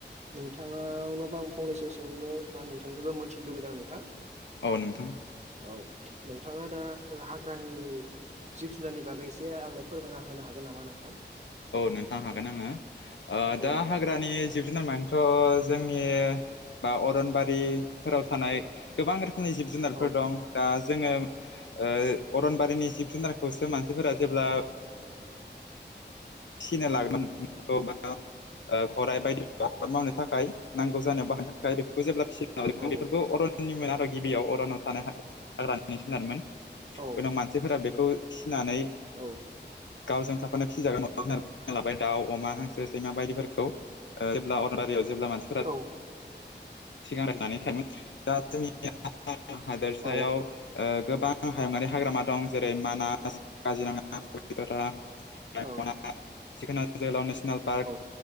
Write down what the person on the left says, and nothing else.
औ नोंथां
औ नोंथां हागोन आङो
दा
हाग्रानि जिब जु जुनार मानेथ' जोंनि बा अरनबारिफोराव थानाय गोबां रोखोमनि जिब जुनारफोर
दं दा जोङो अरनबारिनि जिब जुनारखौसो मानसि फोरा जेब्ला फिसिनो लागोमोन <unintelligible> गराइ बायदि आबाद मावनो थाखाय नांगौ जानायाव बाहायनो थाखाय बेफोरखौ जेब्ला <unintelligible>
बेफोरबो अरननिमोन आरो गिबियाव अरन थानाय हाग्रानि जुनारमोन
उनाव मानसिफोरा बेखौ फिसिनानै
गावजों थाफानाय फिसिजागोन <unintelligible> लाबाय दाउ अमा हांसो सैमा बायदिफोरखौ जेब्ला अरबारियाव जेब्ला मानसि
सिगां जनानै थाङोन दा जोंनि आसाम हादोरसायाव
गोबां आं हायुंङारि हाग्रामा दं जेरै मानास काजिरङारा <unintelligible> <unintelligible>
जोहोलाव नेसनेल पार्क